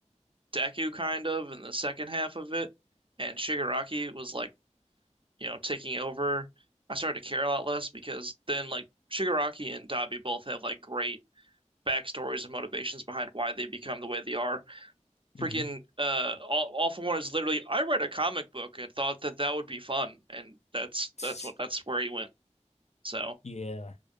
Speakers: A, on the right (about 45°); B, on the left (about 65°).
A: Deku kind of in the second half of it, and Shigaraki was like you know, taking over, I started to care a lot less because then like Shigaraki and Dabi both have like great backstories and motivations behind why they become the way they are.
B: hmm
A: Freaking uh all, all for one is literally I read a comic book and thought that that would be fun and that's
B: <laughs>
A: that's what that's
B: <tsk>
A: where he went. So,
B: Yeah.